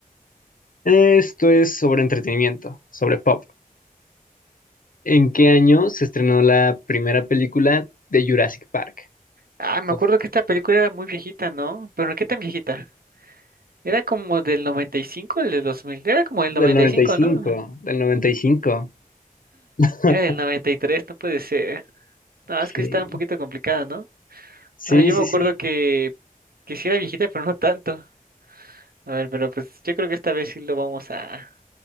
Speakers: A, on the left (about 65°); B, on the right (about 85°).
A: Esto es sobre entretenimiento, sobre pop. ¿En qué año se estrenó la primera película de Jurassic Park?
B: Ah, me
A: Pues,
B: acuerdo que esta película era muy viejita, ¿no? Pero ¿qué tan viejita? Era como del 95 del dos mil Era como del noventa
A: Del 95,
B: y cinco ¿no?
A: del 95. <laughs>
B: Era del noventa y tres no puede ser. No, es
A: Sí,
B: que está un poquito complicada, ¿no?
A: sí,
B: O sea, yo
A: sí,
B: me acuerdo
A: sí.
B: que, que sí era viejita, pero no tanto. A ver, pero pues yo creo que esta vez sí lo vamos a,